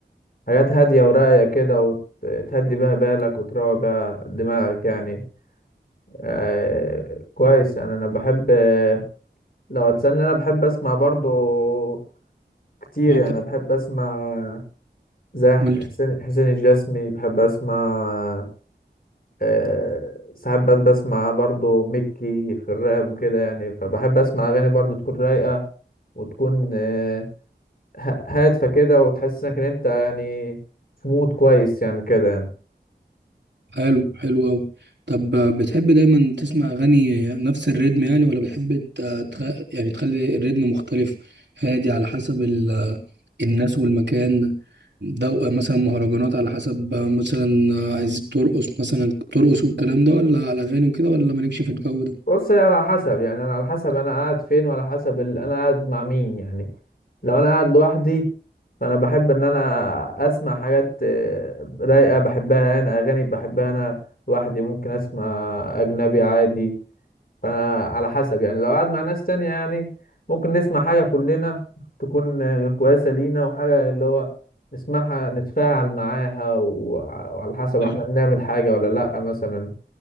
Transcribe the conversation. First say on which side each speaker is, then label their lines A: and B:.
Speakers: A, on the left (about 55°); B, on the right (about 80°).
A: حاجات هادية وراقية كده وتهدي بيها بالك وتروق بيها دماغك يعني آه كويس يعني انا بحب آه، لو هتسألني انا بحب اسمع برضو كتير
B: اه
A: يعني
B: بتحب
A: بحب اسمع زي
B: ولد
A: حسين حسين الجسمي بحب اسمع آه ساعات بس بسمع برضو مكي في الراب وكده يعني فبحب اسمع اغاني برضو تكون رايقة وتكون آه ه- هادفة كده وتحسسك ان انت يعني في مود كويس يعني كده يعني
B: حلو حلو أوي طب آه، بتحب دايما تسمع أغاني نفس الريتم يعني ولا بتحب ت- تخ... يعني تخلي الريتم مختلف هادي على حسب ال... آه، الناس والمكان ده آه، مثلا مهرجانات على حسب آه، مثلا آه، عايز ترقص مثلا ترقص والكلام ده ولا على أغاني وكده ولا مالكش في الجو ده
A: بص هي على حسب يعني انا على حسب انا قاعد فين وعلى حسب ال... انا قاعد مع مين يعني لو انا قاعد لوحدي فانا بحب ان انا اسمع حاجات آه، رايقه بحبها انا اغاني بحبها انا لوحدي ممكن اسمع اجنبي عادي فانا على حسب يعني لو قاعد مع ناس تانية يعني ممكن نسمع حاجه كلنا تكون آه، كويسه لينا وحاجه اللي هو نسمعها نتفاعل معاها وع- وعلى حسب
B: مم.
A: احنا بنعمل حاجه ولا لا مثلا